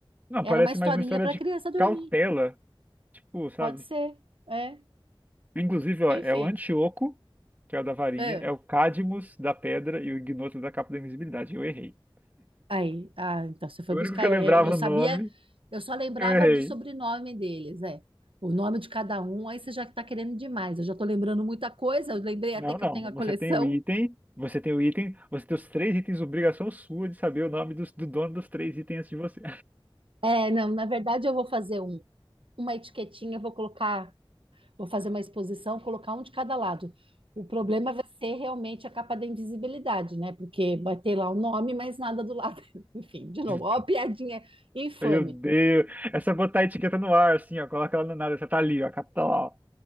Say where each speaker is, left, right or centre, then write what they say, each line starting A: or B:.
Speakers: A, on the right; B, on the right.
A: Não,
B: Era
A: parece
B: uma historinha
A: mais uma história
B: para
A: de
B: criança dormir.
A: cautela, tipo, sabe?
B: Pode ser, é.
A: Inclusive, ó,
B: Enfim,
A: é o Antíoco, que é o da varinha,
B: É.
A: é o Cadmus da pedra e o Ignoto da capa da invisibilidade. Eu errei.
B: Aí, ah, então você foi
A: O
B: buscar.
A: único que eu
B: é,
A: lembrava
B: eu sabia,
A: o nome,
B: eu só lembrava
A: eu errei.
B: do sobrenome deles, é. O nome de cada um, aí você já está querendo demais. Eu já estou lembrando muita coisa, eu lembrei
A: Não,
B: até que
A: não.
B: eu tenho a coleção.
A: Você tem o item, você tem o item, você tem os três itens, obrigação sua de saber o nome dos- do dono dos três itens antes de você.
B: É, não, na verdade eu vou fazer um, uma etiquetinha, eu vou colocar. vou fazer uma exposição, colocar um de cada lado. O problema vai ser realmente a capa da invisibilidade, né? Porque vai ter lá o nome, mas nada do lado. <laughs> Enfim, de novo,
A: <laughs>
B: ó, a piadinha infame.
A: Meu Deus. Essa botar a etiqueta no ar, assim, ó. Coloca ela no nada. Essa tá ali, ó. A capa tá lá, ó.